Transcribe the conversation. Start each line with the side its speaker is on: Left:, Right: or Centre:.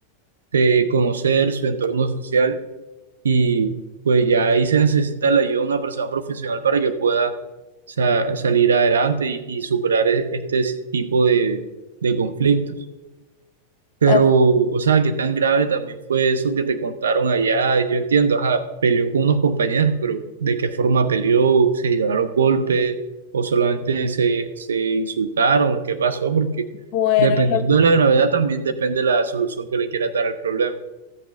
Right: de conocer su entorno social y pues ya ahí se necesita la ayuda de una persona profesional para que pueda sa- salir adelante y, y superar e- este tipo de, de conflictos. Pero,
Left: Ah,
Right: o sea, qué tan grave también fue eso que te contaron allá. Yo entiendo, ajá, peleó con unos compañeros, pero ¿de qué forma peleó? ¿Se llevaron los golpes? ¿O solamente se, se insultaron? ¿Qué pasó? Porque
Left: Bueno,
Right: dependiendo
Left: lo,
Right: de la gravedad también depende la solución que le quieras dar al problema.